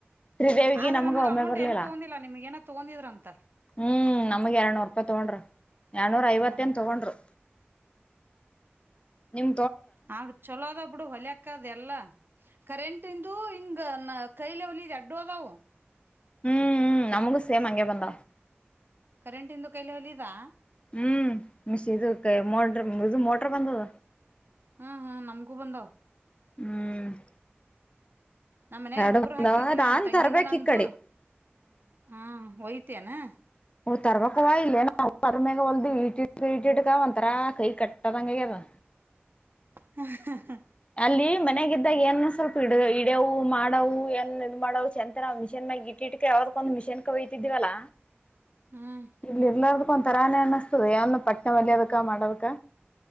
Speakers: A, on the left; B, on the right.
A: ಶ್ರೀದೇವಿಗ
B: ಆದ್ರ
A: ನಮ್ಗ
B: ನಮಗ್
A: ಒಮ್ಮೆ
B: ಅಮೌಂಟ್
A: ಬರ್ಲಿಲ್ಲ
B: ಏನು ತಗೊಂಡಿಲ್ಲ ನಿಮ್ಗ ಏನೋ ತಗೊಂಡಿದ್ರ ಅಂತಲ್
A: ಹ್ಮ್ ನಮಗ ಎರಡ್ರ್ನೂರು ರೂಪಾಯಿ ತಗೊಂಡ್ರ ಎರಡನೂರ ಐವತ್ತ
B: ಹ್ಮ್
A: ಏನ್ ತಗೊಂಡ್ರರು ನಿಮ
B: ಆ ಚಲೋದ ಬಿಡು ಹೊಲೆಕ್ಕಾ ಅದ್ ಎಲ್ಲಾ ಕರೆಂಟ್ ಇಂದು ಹಿಂಗ ನ ಕೈ ಲೆವಲ್ ಇದೆ ಅಡ್ಡು ಆದವು
A: ಹ್ಮ್, ನಮಗೂ ಸೇಮ್ ಹಂಗೆ ಬಂದ
B: ಕರೆಂಟ ಇಂದು ಕೈಲ <unintelligible> ಇದಾ
A: ಹ್ಮ್ <unintelligible> ಇದು ಮೋಟರ್ ಬಂದದ
B: ಹ್ಮ್ ಹ್ಮ್ ನಮ್ಗೂ ಬಂದವ
A: ಹ್ಮ್
B: ನಮ್ಮ ಮನ್ಯಾಗ
A: ಎರಡು
B: ಇಬ್ಬರು
A: ಬಂದವ
B: ಹಾಕಿದ್ದೇವಿ,
A: ನಾನ್
B: ನಮ್ ತಂಗಿದ
A: ತರ್ಬೇಕ
B: ನಂದು.
A: ಈ ಕಡೆ
B: ಹ ಒಯ್ <unintelligible> ನಾ
A: ತರಬೇಕವ್ವ <unintelligible> ಇಲ್ಲನ ಮ್ಯಾಗ ಒಲ್ದು ಐಟೀಟ್ ಇಟೀಟ್ಗ ಒಂತರಾ ಕೈ ಕಟ್ಟದಂಗಗೆದ.
B: ಹ ಹ ಹ
A: ಅಲ್ಲಿ ಮನೆಗಿದ್ದಾಗ ಏನಾನ ಸ್ವಲ್ಪ ಇಡ ಇಡೆವು ಮಾಡವು ಏನಾನ ಇದ ಮಾಡೆವು <unintelligible> ಮಿಷಿನಾಗ ಇಟ್ಟಿಟ್ಕ ಯಾವ್ದಕ್ಕ ಒಂದು ಮಿಷಿನ್ ಕಯತಿದವಲ್ಲ.
B: ಹ್ಮ್
A: ಇಲ್ಲಿ <unintelligible> ತರಾನೆ ಅನ್ನಿಸ್ತದೆ ಯಾವ ಒಂದು ಪಟ್ನಾ ಹೊಲಿಯೋದಕ್ಕ ಮಾಡೋದಕ್ಕ.